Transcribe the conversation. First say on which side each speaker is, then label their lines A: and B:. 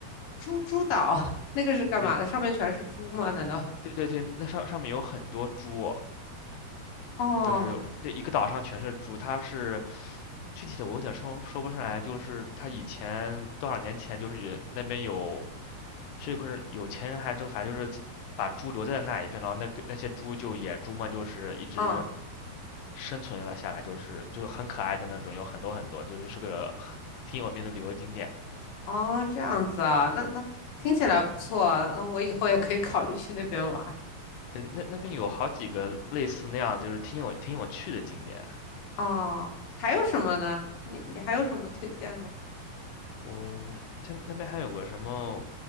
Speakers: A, on the left; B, on the left.
A: 猪猪岛 <laughs> 那个是干嘛的？
B: 对
A: 上面全是猪吗？难道？
B: 对对对，那上上面有很多猪，
A: 哦
B: 就是这一个岛上全是猪，它是具体的我有点说说不上来，就是它以前多少年前就是有那边有是可是有钱人还是反正就是把猪留在那一片，然后那个那些猪就野猪嘛，就是一直
A: 啊
B: 生存了下来，就是就很可爱的那种，有很多很多，就是是个挺有名的旅游景点。
A: 哦，这样子啊，那那听起来不错啊，呃我以后也可以考虑去那边玩儿
B: 对，那那边有好几个类似那样，就是挺有挺有趣的景点。
A: 哦，还有什么呢？你你还有什么推荐吗？
B: 嗯，它那边还有个什么，